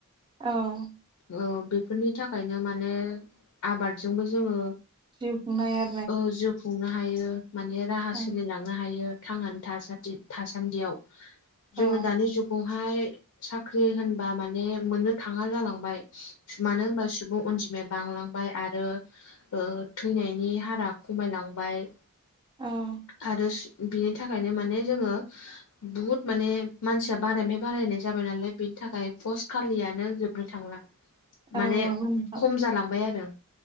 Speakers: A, on the right; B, on the left.
A: औ
B: औ बेफोरनि थाखायनो माने आबादजोंबो जोङो
A: जिउ खुंनाया
B: औ जिउ खुंनो हायो माने राहा
A: औ
B: सोलिलां नो हायो थांनानै थासान्दि थासान्दियाव जोङो
A: औ
B: दानि जुगाव हाय साख्रि होनबा माने मोननो थाङा जालांबाय मानो होनबा सुबुं अनजिमाया बांलांबाय आरो ओ थैनायनि हारा खमायलांबाय
A: औ
B: आरो बिनि थाखायनो माने जोङो बुहुद माने मानसिया बारायनिफाय बारायनाय जाबाय नालाय बेनि थाखाय पस्ट खालियानो जोबनो थांला
A: <inaudible>
B: माने
A: नंगौ नोंथां
B: खम जालांबाय आरो